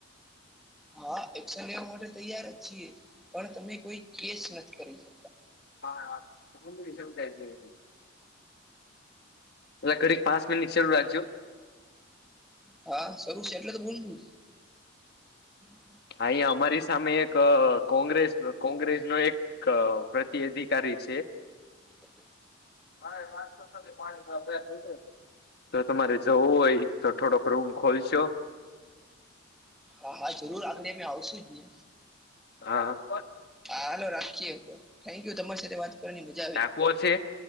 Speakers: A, in the centre; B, on the left (about 50°).
A: હા, એક્શન લેવા માટે તૈયાર જ છીએ પણ તમે કોઈ કેસ નથી કરી શ
B: હા, તમા રસ ટાય એ ઘડી પાચ મિનિ ચરૂ રાજ્યો
A: હા, શું છે એટલે તો ભૂલવું હ
B: અંયા અમારી સામે એક કોંગ્રેસ, કોંગ્રેસ નો એક અ પ્રતિ અધિકારી છે.
A: ઓછ
B: હા, રાતો પાણીભ થયું ગ જો તમારે જવું હોય તો થોડોક રૂમ ખોલશો
A: હા, હા જરૂર આગડે અમે આવશું જ ને
B: હા.
A: હા હાલો રાખીએ, થેન્ક યુ તમારી સાથે વાત કરવાની મજા આવે.
B: પો છે.